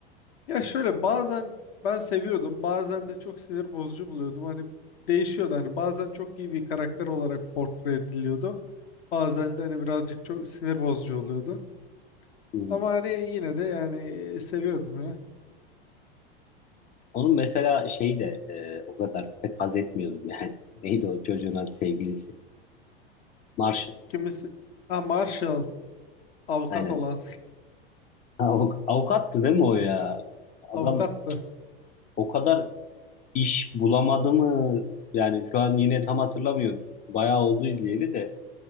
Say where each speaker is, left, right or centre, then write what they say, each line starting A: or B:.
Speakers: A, on the left; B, on the left.
A: Ya şöyle bazen ben seviyordum, bazen de çok sinir bozucu buluyordum. Hani değişiyordu hani bazen çok iyi bir karakter olarak portre ediliyordu. Bazen de hani birazcık çok sinir bozucu oluyordu.
B: Hı. hı.
A: Ama hani yine de yani seviyordum ya.
B: Onun mesela şey de e, o kadar pek haz etmiyordum yani. <laughs> Neydi o çocuğun adı sevgilisi? Marshall.
A: Kimisi ha Marshall avukat
B: Aynen.
A: olan
B: Avuk- avukattı değil mi o ya? Adam
A: <laughs> avukattı.
B: o kadar iş bulamadı mı? Yani şu an yine tam hatırlamıyorum. Bayağı oldu izleyeli de.